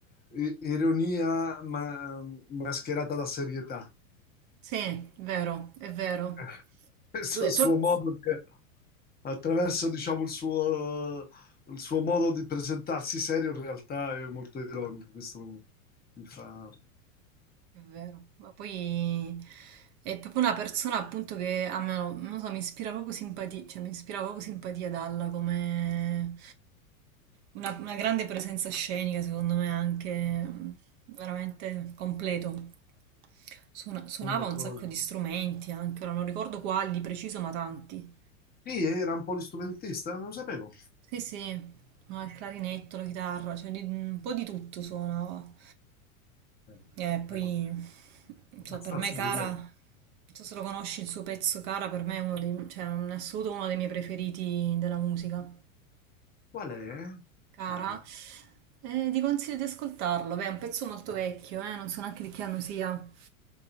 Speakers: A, on the left; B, on the right.
A: i- ironia ma- mascherata da serietà.
B: Sì, è vero, è vero.
A: <laughs> Questo
B: Lui è
A: suo
B: proprio...
A: modo di, attraverso, diciamo, il suo, il suo modo di presentarsi serio in realtà è molto ironico. Questo mi fa...
B: È vero, ma poi è proprio una persona appunto che a me, non lo so, mi ispira proprio simpatia, cioè mi ispira proprio simpatia Dalla come una, una grande presenza scenica, secondo me anche, mm, veramente completo. Suona- suonava
A: Sono d'accordo.
B: un sacco di strumenti anche, ora non ricordo quali di preciso, ma tanti.
A: Sì, era un polistrumentista, non lo sapevo.
B: Sì, sì, ma il clarinetto, la chitarra, cioè di- un po' di tutto suonava.
A: Eh,
B: E poi,
A: È
B: non
A: abbastanza
B: so, per me Cara,
A: geniale.
B: non so se lo conosci il suo pezzo Cara, per me è uno dei, cioè, in assoluto uno dei miei preferiti della musica.
A: Qual è,
B: Cara,
A: cara?
B: e ti consiglio di ascoltarlo, beh, è un pezzo molto vecchio, eh, non so neanche di che anno sia.